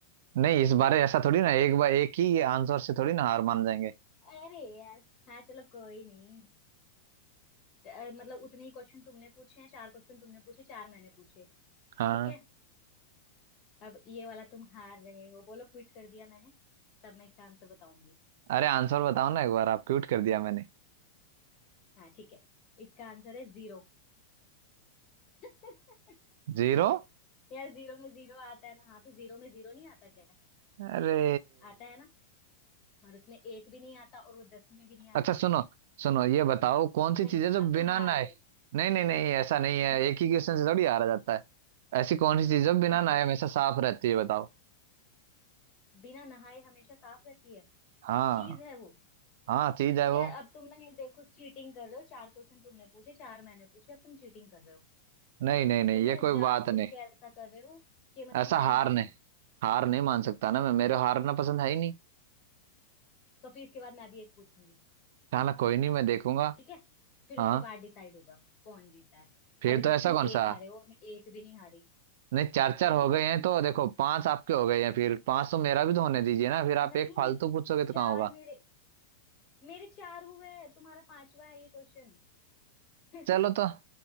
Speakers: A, on the right; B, on the left.
A: नहीं इस बारे ऐसा थोड़ी ना एक बार एक ही आंसर से थोड़ी ना हार मान जाएंगे
B: अरे यार हाँ चलो कोई नहीं त- अ, मतलब उतने ही क्वेश्चन तुमने पूछे हैं चार क्वेश्चन तुमने पूछे चार मैंने पूछे
A: हाँ
B: ठीक है अब ये वाला तुम हार रहे हो बोलो क्विट कर दिया मैंने तब मैं इसका आंसर बताऊंगी
A: अरे आंसर बताओ ना एक बार आप क्यूट कर दिया मैंने
B: हाँ ठीक है इसका आंसर है जीरो <laughs>
A: जीरो
B: यार जीरो में जीरो आता है ना हाँ तो जीरो में जीरो नहीं आता क्या
A: अरे
B: आता है ना और उसमें एक भी नहीं आता और वो दस में भी नहीं
A: अच्छा
B: आता
A: सुनो सुनो ये बताओ कौन सी
B: नहीं
A: चीज है जो
B: अब तुम
A: बिना
B: हार
A: नहाए
B: गए
A: नहीं नहीं नहीं ऐसा नहीं है
B: हम्म
A: एक ही क्वेश्चन से थोड़ी हारा जाता है ऐसी कौन सी चीज है जो बिना
B: हाँ
A: नहाए
B: बताओ
A: हमेशा साफ रहती है बताओ
B: बिना नहाए हमेशा साफ रहती है
A: हाँ
B: चीज है वो
A: हाँ चीज है
B: यार
A: वो
B: अब तुम ना ये देखो चीटिंग कर रहे हो चार क्वेश्चन तुमने पूछे चार मैंने पूछे अब तुम चीटिंग कर रहे हो
A: नहीं नहीं
B: अब
A: नहीं
B: तुम ना
A: ये कोई
B: जानबूझ
A: बात नहीं
B: के ऐसा कर रहे हो कि मतलब
A: ऐसा
B: मैं
A: हार
B: हारूं
A: नहीं हार नहीं मान सकता ना मैं मेरे को हारना पसंद है ही नहीं
B: तो फिर इसके बाद मैं भी एक पूछूंगी
A: चलो कोई नहीं मैं देखूंगा
B: ठीक है फिर
A: हाँ
B: उसके बाद डिसाइड होगा कौन जीता है
A: फिर
B: अभी
A: तो ऐसा
B: तक तुम
A: कौन
B: एक
A: सा
B: हारे हो और मैं एक भी नहीं हारी
A: नहीं चार चार
B: ठीक
A: हो
B: है
A: गए हैं तो देखो पांच आपके हो गए हैं फिर पांच तो मेरा भी तो होने दीजिए ना फिर आप
B: नहीं
A: एक फालतू पूछोगे तो
B: चार
A: कहाँ होगा
B: मेरे मेरे चार हुए हैं तुम्हारा पांचवा है ये क्वेश्चन <laughs>
A: चलो तो